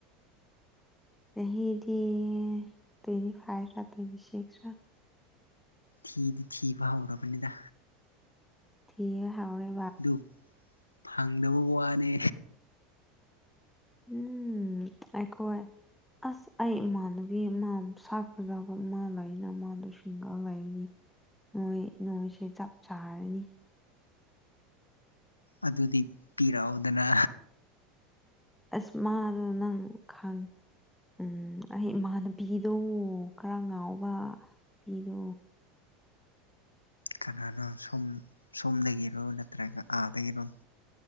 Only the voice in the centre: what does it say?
ꯌꯥꯗꯤ ꯇ꯭ꯋꯦꯟꯇꯤ ꯐꯥꯏꯚ ꯔ ꯇ꯭ꯋꯦꯟꯇꯤ ꯁꯤꯁ ꯔ
ꯊꯤꯕ ꯍꯧꯔꯦ
ꯎꯝ ꯑꯩꯈꯣꯏ ꯑꯁ ꯑꯩ ꯏꯃꯥꯟꯅꯕꯤ ꯑꯗꯒꯤ ꯃꯥ ꯁꯥꯛꯄꯖꯥꯕ ꯃꯥ ꯂꯩꯅ ꯃꯥꯗꯣ ꯁꯤꯡꯒ ꯂꯩꯕꯅꯤ ꯅꯣꯏ ꯅꯣꯏꯁꯦ ꯆꯞ ꯆꯥꯔꯅꯤ
ꯑꯁ ꯃꯥꯗꯣ ꯅꯪ ꯈꯪ ꯎꯝ ꯑꯩ ꯏꯃꯥꯅ ꯄꯤꯗꯣ ꯈꯔ ꯉꯥꯎꯕ ꯄꯤꯗꯣ